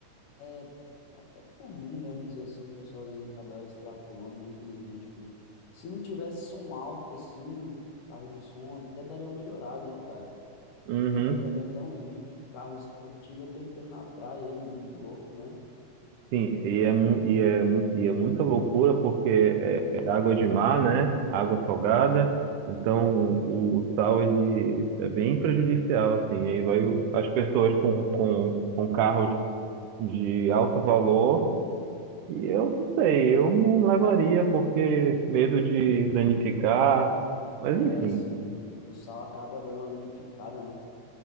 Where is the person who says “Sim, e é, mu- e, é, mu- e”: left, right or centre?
Right